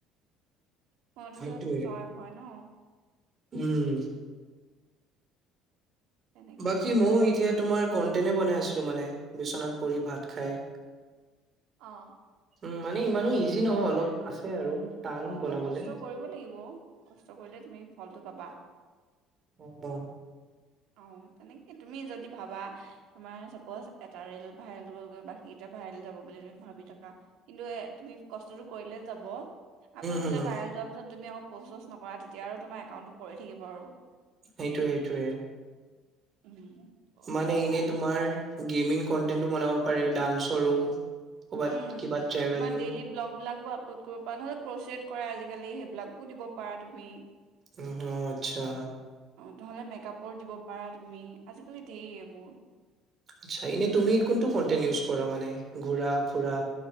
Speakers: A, on the right; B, on the right.
A: প
B: সেইটোৱে
A: স্বভাৱ হয় ন
B: উম
A: তেনেকে
B: বাকী
A: আৰু
B: মইয়ো এতিয়া তোমাৰ কন্টেণ্ট এ বনাই আছিলো মানে বিচনাত পৰি ভাত খাই
A: অঁ
B: উম মানে ইমানো ইজি নহয় অলপ আছে আৰু টান
A: অকমান
B: বনাবলে
A: কষ্ট কৰিব লাগিব কষ্ট কৰিলে তুমি ফলটো পাবা
B: অ অ
A: অ তেনেকে তুমি যদি ভাবা তোমাৰ চাপজ এটা ৰেল ভাইল গলগৈ বাকীকেইটা ভাইৰেল যাব বুলি তুমি ভাবি থাকা কিন্তু এ তুমি কষ্টতটো কৰিলে যাব আকৌ
B: হম
A: বোলে ভাল যোৱাৰ পিছত তুমি আকৌ প্ৰছ ছচ নকৰা তেতিয়া আৰু তোমাৰ একাউণ্টটো পৰি থাকিব আৰু
B: সেইটোৱে সেইটোৱে
A: উম সদায়
B: মানে এনে তোমাৰ গেমিং কনটেন্টটো বনাব পাৰে ডান্সৰো ক'বাত
A: উম
B: কিবা ট্ৰেভেলিং
A: তোমাৰ ডেইলি ব্লগ বিলাগ আপলোড কৰিব বানহ'লে ক্ৰ'চৰেড কৰা আজিকালি সেইবিলাকো দিব পাৰা তুমি
B: উ আহ আচ্ছা
A: অঁ নহ'লে মেকআপৰ দিব পাৰা তুমি আজিকালি দিয়ে এইবোৰ
B: আচ্ছা এনেই তুমি কোনটো কনটেইন ইউজ কৰা মানে ঘুৰা ফুৰা